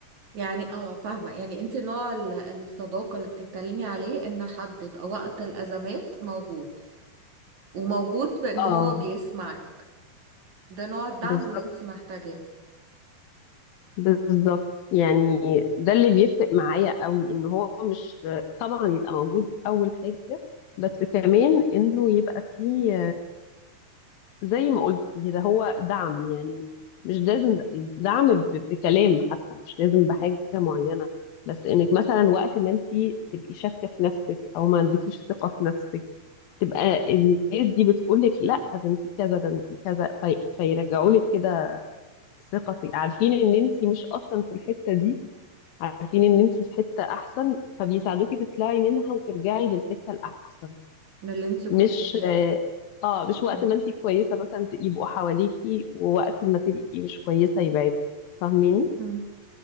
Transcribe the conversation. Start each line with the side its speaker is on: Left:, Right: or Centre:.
Right: يعني اه فاهمة يعني انت نوع ال- الصداقة اللي بتتكلمي عليه ان حد يبقى وقت الازمات موجود وموجود بان
Left: اه
Right: هو بيسمعك ده نوع الدعم
Left: بالظبط
Right: اللي انت محتاجاه
Left: بالظبط يعني ده اللي بيفرق معايا قوي ان هو مش طبعا يبقى موجود اول حاجة بس كمان انه يبقى فيه زي ما قلت كده هو دعم يعني مش لازم دعم ب- بكلام حتى مش لازم بحاجة معينة بس انك مثلا وقت ما انت تبقي شاكة في نفسك او ما عندكيش ثقة في نفسك تبقى الناس دي بتقول لك لا ده انت كذا ده انت كذا في... فيرجعوا لك كده ثقتك عارفين ان انت مش اصلا في الحتة دي عارفين ان انت في حتة احسن فبيساعدوكي تطلعي منها وترجعي للحتة الاحسن
Right: من اللي انت كنت
Left: مش
Right: فيه
Left: اه آه، مش وقت
Right: مهم.
Left: ما انت كويسة مثلا ت- يبقوا حواليكي ووقت ما تبقي مش كويسة يبعدوا فاهميني
Right: مم.